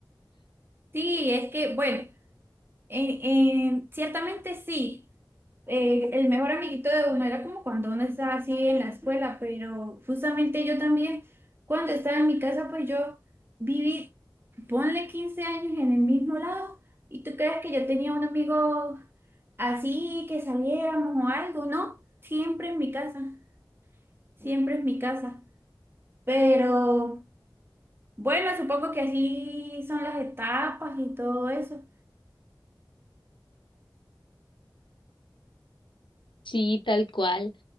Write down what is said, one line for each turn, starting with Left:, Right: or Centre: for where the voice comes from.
Right: Sí, es que, bueno, en- en- ciertamente sí. eh, el mejor amiguito de uno era como cuando uno estaba así en la escuela, pero justamente yo también, cuando estaba en mi casa, pues yo viví, ponle 15 años en el mismo lado, y tú crees que yo tenía un amigo así, que saliéramos o algo, ¿no? Siempre en mi casa, siempre en mi casa. Pero bueno, supongo que así son las etapas y todo eso.
Left: Sí, tal cual.